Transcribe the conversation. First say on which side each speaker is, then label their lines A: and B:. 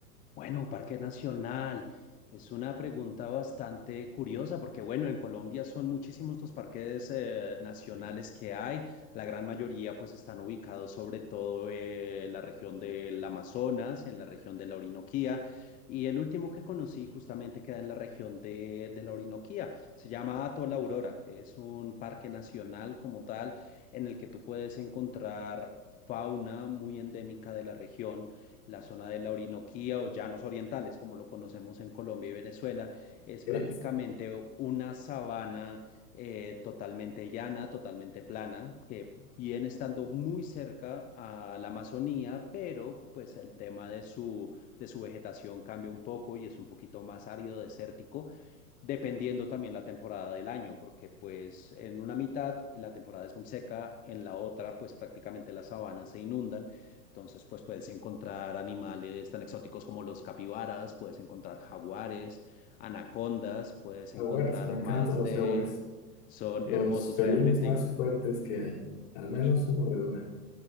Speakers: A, on the left (about 15°); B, on the left (about 45°).
A: Bueno, Parque Nacional es una pregunta bastante curiosa porque, bueno, en Colombia son muchísimos los parques eh, nacionales que hay. La gran mayoría pues están ubicados sobre todo eh, en la región del Amazonas, en la región de la Orinoquía. Y el último que conocí justamente queda en la región de, de la Orinoquía. Se llama Atol Aurora. Es un parque nacional como tal en el que tú puedes encontrar fauna muy endémica de la región la zona de la Orinoquía o llanos orientales, como lo conocemos en Colombia y Venezuela, es
B: Es
A: prácticamente una sabana eh, totalmente llana, totalmente plana, que viene estando muy cerca a la Amazonía, pero pues el tema de su, de su vegetación cambia un poco y es un poquito más árido, desértico dependiendo también la temporada del año, porque pues en una mitad la temporada es muy seca, en la otra pues prácticamente las sabanas se inundan, entonces pues puedes encontrar animales tan exóticos como los capibaras, puedes encontrar jaguares, anacondas, puedes
B: Jaguares,
A: encontrar
B: me encantan
A: más
B: los
A: de...
B: jaguares,
A: Son
B: los
A: hermosos
B: felinos
A: realmente
B: más fuertes que hay, al menos
A: y
B: su mordedura.